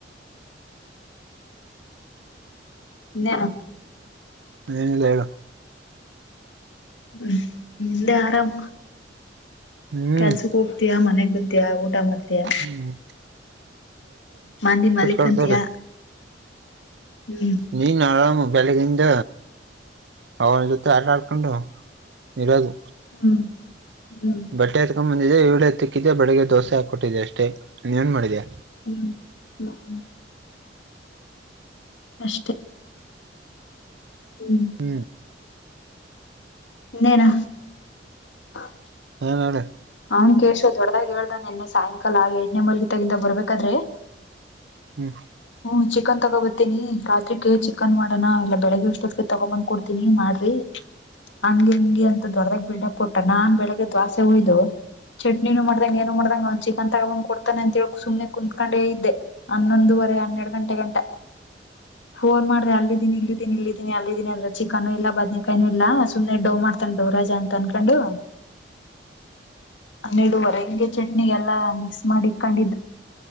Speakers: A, on the left; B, on the right.
A: ಇನ್ನೇನು
B: ಏನಿಲ್ಲ ಹೇಳ.
A: ಹ್ಮ ನಿಂದ ಆರಾಮ
B: ಹ್ಮ್
A: ಕೆಲ್ಸಕ ಹೋ ತ್ತಿಯಾ ಮನೆಗ್ ಬತ್ತಯಾ ಊಟ ಮಾಡ್ತಯಾ.
B: ಹ
A: ಮಾಂದಿ ಮಾಲ್ಲಿಕಂತಿಯ
B: ಕರ್ತವ್ರೆ
A: ಹ್ಮ
B: ನೀನ ಆರಾಮ ಬೆಳಗಿಂದ ಅವನ ಜೊತೆ ಆಟ ಆಡ್ಕೊಂಡು ಇರೋದು.
A: ಹ್ಮ ಹ್ಮ
B: ಬಟ್ಟೆ ಎತ್ಕೊ ಬಂದಿದ್ದೆ ಏಳು ಹತ್ತಿಕ್ಕಿದ್ದ ಬೆಳಿಗ್ಗೆ ದೋಸೆ ಹಾಕೊಟ್ಟಿದ್ದಿ ಅಷ್ಟೇ ಇನ್ನೇನ ಮಾಡಿದ್ಯಾ.
A: ಹ್ಮ ಹ್ಮ ಅಷ್ಟೇ ಹ್ಮ
B: ಹ
A: ಇನ್ನೇನ <inaudible>
B: ಎ ನೋಡ
A: ಅವ್ನ್ ಕೇಶ ದೊಡ್ಡದಾಗ ಹೇಳ್ದಾ ನಿನ್ನೆ ಸಾಯಂಕಾಲ ಏಡ್ನೇ ಮಲ್ಲಿ ದಾಗಿಂದ ಬರ್ಬೇಕಾದ್ರೆ
B: ಹ್ಮ
A: ಹ್ಮ ಚಿಕನ್ ತಗೋಬತೀನಿ ರಾತ್ರಿಕ್ಕೆ ಚಿಕನ್ ಮಾಡೋಣ ಇಲ್ಲಾ ಬೆಳಗ್ ಅಷ್ಟೊತ್ತ್ಗೆ ತಗೊ ಬಂದ ಕೋಡ್ತನಿ ಮಾಡ್ರಿ ಹ ಹಂಗೆ ಅಂತ ದೊಡ್ಡದಾಗ ಬಿಲ್ಡಪ್ ಕೋ ಅ ನಾನ್ ಬೆಳಗ್ಗೆ ದೋಸೆ ಹೋಯ್ದು ಚಟ್ನಿನು ಮಾಡ್ದಂಗ ಏನು ಮಾಡ್ದಂಗ ಅವ್ ಚಿಕನ್ ತಗೊಂಡ ಬಂದ ಕೊತಾನೆ ಅಂತ ಹೇಳ ಸುಮ್ನೆ ಕುತ್ಕೊಂಡೇ ಇದ್ದೆ. ಹನ್ನೊಂದುವರೆ ಹನ್ನೆರಡ ಗಂಟೆ ಗಂಟ ಫೋನ್ ಮಾಡ್ರೆ ಅಲ್ಲಿದ್ದಿನಿ ಇಲ್ಲಿದ್ದೀನಿ ಇಲ್ಲಿದ್ದೀನಿ ಅಲ್ಲಿದ್ದೀನಿ ಅಂದ್ರೆ ಚಿಕನ್ನು ಇಲ್ಲ ಬದ್ನೇಕಾಯಿನು ಇಲ್ಲ ಸುಮ್ಮನೆ ಡವ್ ಮಾಡ ತನ್ ಡವ್ ರಾಜಾ ಅಂತ ಅನ್ಕೊಂಡು ಹನ್ನೆರಡುವರೆ ಹಂಗೆ ಚಟ್ನಿಗ್ ಎಲ್ಲಾ ಮಿಕ್ಸ ಮಾಡಿ ಇಕ್ಕಂದಿಡ್